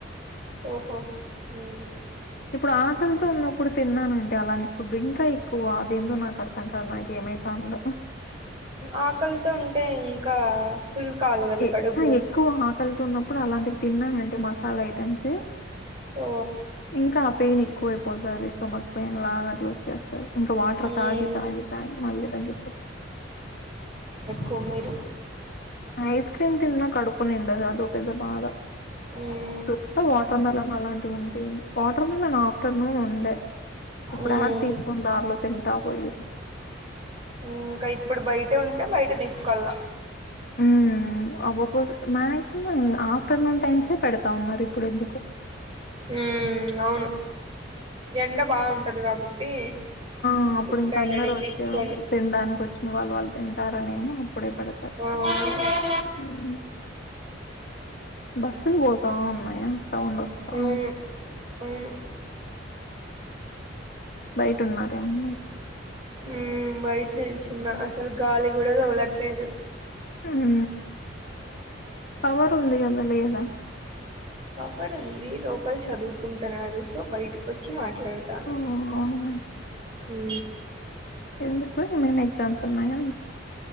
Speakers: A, on the right; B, on the left.
A: ఓహో ఊ
B: ఇప్పుడు ఆకలితో ఉన్నప్పుడు తిన్నానంటే అలాంటి ఫుడ్ ఇంకా ఎక్కువ అదేందో నాకు అర్థం కాదు నాకేం మే పంద
A: ఆకలితో ఉంటే ఇంకా ఫుల్ కావాలి కదా
B: ఎ
A: కడుగు
B: ఆ ఎక్కువ ఆకలితో ఉన్నప్పుడు అలాంటివి తిన్నానంటే మసాలా ఐటమ్స్
A: ఓ
B: ఇంకా పెయిన్ ఎక్కువ అయిపోతుంది స్టమక్ పెయిన్ లాగా అట్లా వచ్చేస్తది ఇంకా వాటర్
A: మ్
B: తాగి తాగి తాగి మళ్ళీ తగ్గిపోతు
A: కుమిరు
B: ఐస్ క్రీమ్ తిన్న కడుపు నిండదు అదో పెద్ద బాధ
A: ఉ
B: చూస్తా వాటర్ మెలన్ అలాంటివి ఉంటా వాటర్ మెలన్ ఆఫ్టర్నూన్ ఉండే అప్పుడు
A: మ్
B: ఆరు తీసుకుని దారిలో తింటా పోయి
A: ఇంకా ఇప్పుడు బయటే ఉంటే బయట తీసుకొళ్ళ
B: ఉ అవ్వకోసం మాక్సిమం ఆఫ్ ఆఫ్టర్నూన్ టైమ్సే పెడతా ఉన్నారు ఇప్పుడు ఎందుకు
A: ఉ అవును ఎండ బాగుంటది కాబట్టి
B: ఆ అప్పుడు
A: తింటారని
B: ఇంక అందరు వచ్చేవాళ్లు
A: తీసుకొని
B: తినడానికి వచ్చిన వాళ్ళు వాళ్ళు తింటారనేమో అప్పుడే పెడతారు
A: అవును
B: ఉహు బస్సులు పోతా ఉన్నాయా సౌండ్ వస్తా
A: అవును అవును
B: బయట ఉన్నారేమో మీరు
A: ఉ బయట నిల్చున్న అసలు గాలి కూడా తగలట్లేదు
B: ఉ పవర్ ఉంది కదా లేదా
A: పపర్ ఉంది లోపల చదువుకుంటున్నారు సో బయటకి వచ్చి మాట్ మాట్లాడుతాన
B: ఓ అవునా
A: ఉ
B: ఎందుకు ఏమైనా ఎక్జామ్స్ ఉన్నాయా మీకు